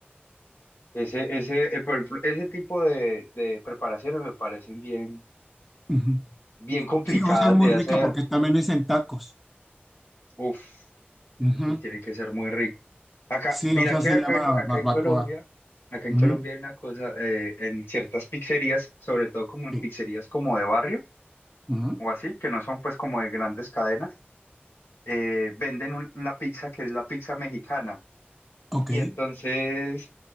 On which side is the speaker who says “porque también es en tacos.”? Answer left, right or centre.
Centre